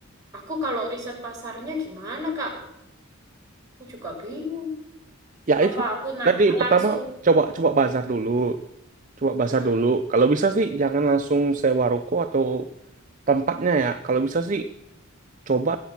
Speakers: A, on the right (about 15°); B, on the right (about 40°).
A: aku kalau riset pasarnya gimana Kak? Aku juga bingung.
B: ya
A: Apa
B: itu
A: aku nanya
B: tadi pertama
A: langsung?
B: coba coba bazar dulu coba bazar
A: Hmm.
B: dulu kalau bisa sih jangan langsung sewa ruko atau tempatnya ya kalau bisa sih coba